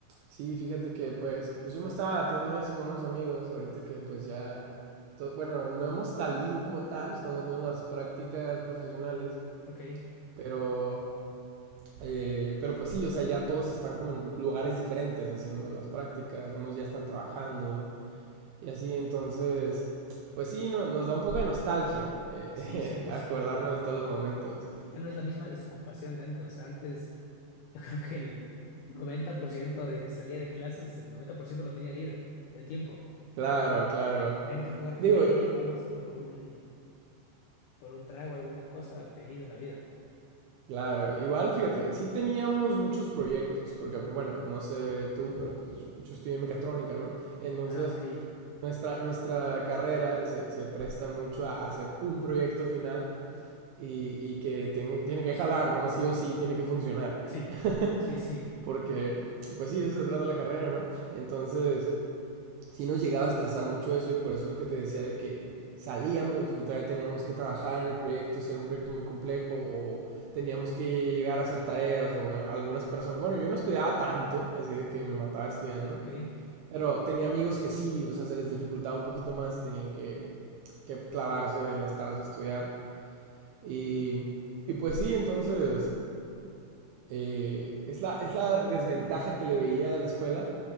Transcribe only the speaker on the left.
Ok,
sí, cien por
ciento Y
ya no es la misma desocupación de antes, o sea, antes... Yo creo que el 90% de que salía de clases, el 90% lo tenía libre del tiempo.
Vente a jugar
play, vamos por un, por un trago, alguna cosa, feliz de la vida.
Ah, ok.
Sí,
sí, sí.
Ok.